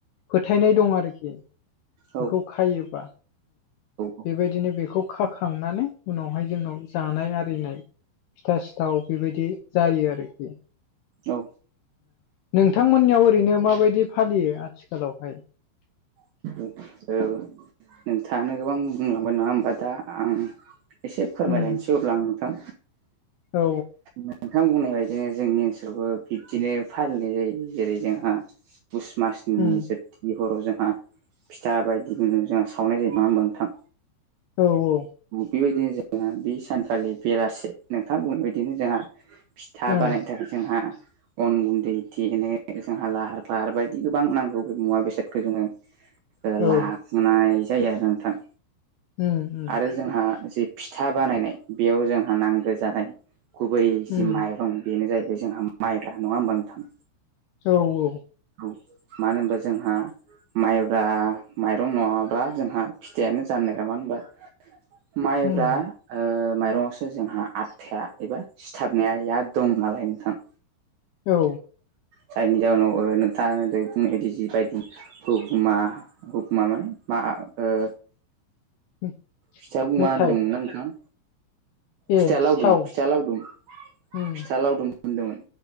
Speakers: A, on the left; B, on the right.
A: फोथायनाय दं आरोखि
B: औ
A: बेखौ
B: औ
A: खायोबा।
B: औ
A: बेबायदिनो बेखौ खाखांनानै उनावहाय जोंनाव जानाय आरिनाय फिथा सिथाव बेबायदि जायो आरोखि।
B: औ।
A: नोंथांमोननियाव ओरैनो माबायदि फालियो आथिखालावहाय?
B: औ। नोंथाङानो गोबां बुंलांबाय नङा होमबा। दा आं एसे फोरमायलायनोसै।
A: उम
B: अब्ला आं नोंथां।
A: औ
B: नोंथां बुंनाय बायदिनो जोंनि ओनसोलावबो बिब्दिनो फालिनाय जायो। जेरै जोंहा पुस मासनि
A: उम
B: जोबथि हराव जोंहा फिथा बायदिनो जोंहा सावनाय जायो नङा होमबा नोंथां?
A: औ औ।
B: बेबायदिनो जोंहा बे सानखालि बेलासे नोंथां बुंनाय बायदिनो जोंहा फिथा
A: उम
B: बानायनो थाखाय जोंहा अन गुन्दै देनो जोंहा लाहार फाहार बायदि गोबां नांगौ मुवा बेसादखो जोङो ओ
A: औ उम
B: लानाय जायो आरो नोंथां।
A: उम उम।
B: आरो जोंहा जि फिथा बानायनाय बेयाव जोंहा नांगो जानाय गुबै जि
A: उम
B: माइरं बेनो जाहैबाय जोंहा माइब्रा नङा होमबा नोंथां?
A: औ औ।
B: औ मानो होनबा जोंहा माइब्रा माइरं नङाब्ला जोंहा फिथाइयानो जानो नागिरा मानो होनबा माइब्रा
A: उम
B: ओ माइरङावसो जोंहा आथाया एबा सिथाबनाया दं नालाय नोंथां।
A: औ।
B: जायनि जाउनाव ओ नोंथाङानो दहाय बुंनाय जिबायदि उपमा उपमा माने मा ओ
A: <unintelligible>
B: फिथाखौ
A: मेथाइ
B: मा होनदोंमोनना नोंथाङा?
A: ए
B: फिथा लावदुम
A: सिथाव
B: फिथा लावदुम
A: उम
B: फिथा लावदुम होनदोंमोन